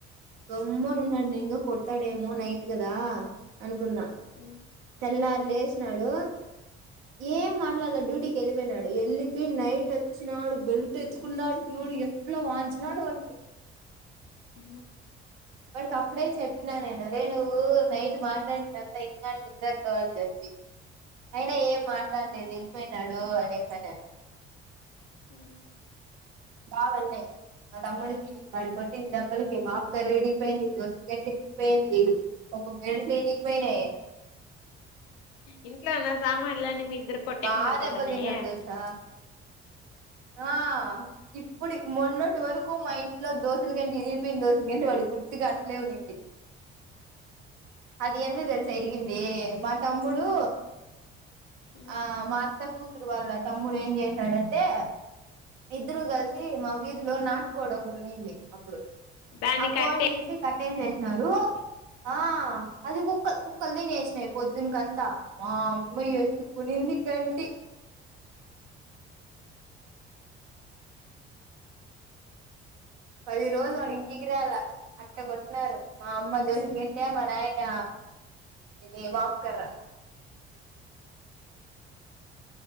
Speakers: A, on the right; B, on the left.
A: గమ్మను ఉన్నాడు నింకా కొడతాడేమో నైట్ కదా అనుకున్నా
B: ఉ
A: తెల్లారు లేసినాడు
B: ఉమ్,
A: ఏం మాట్లాడలే డ్యూటీకి కి వెళ్ళిపోయినాడు వెళ్లిపో నైట్ వచ్చినాడు బెల్ట్ ఎత్తుకున్నాడు జూడు ఎట్లా వాంచినాడు వాని
B: హ
A: వానికి అప్పుడే చెప్పినా నేను అరే నువ్వు నైట్ మాట్లాడింది అంత విన్నాడు నిద్దర్లో అని చెప్పి అయినా ఏ మా ట్లాడ
B: ఉమ్,
A: లేదు వెళ్ళిపోయినాడు అనేసాను
B: ఆ
A: బావ అంటే మా తమ్ముడికి వాళ్ళు కొట్టిన డబ్బలకి మాఫ కర్రీడి పోయింది దోశలు కట్టే ఇరిగిపోయింది ఒక బెల్ట్ విరిగిపోయిన
B: ఇంట్లో ఉన్న సామాన్ల అన్నీ మీ ఇద్దరు కొట్టేకే
A: బాగా
B: సరిపోతున్నాయే
A: దెబ్బలు తిన్నాడు తెలుసా
B: అ
A: ఆ ఇప్పుడు మొన్నటి వరకు మా ఇంట్లో దోసలు గెంటి విరిగిపోయిన దోశల గెంటి వాడు గుర్తుగా అట్లే ఉండి అది
B: ఉహు,
A: ఎందుకు తెలుసా ఇరిగింది మా తమ్ముడు
B: ఉమ్.
A: ఆ మా అత్త కూతురు వాళ్ళ తమ్ముడు ఏం చేసాడంటే ఇద్దరు కలిసి మా వీధిలో నాటుకోడి ఒకటి ఉన్నింది అప్పుడు
B: దాన్ని
A: ఆ కోడి
B: కట్టే
A: తీసి కట్టేసేసినారు ఆ అది కుక్క కు క్కలు తినేసినాయి పొద్దునకంతా మా అమ్మ ఎత్తుకునింది గంటి పది రోజులు వాడు ఇంటికిరాల అట్ట కొట్టినాడు మా అమ్మ దోసిల గెంటి మా నాయన ఇదే మాక్కర్ర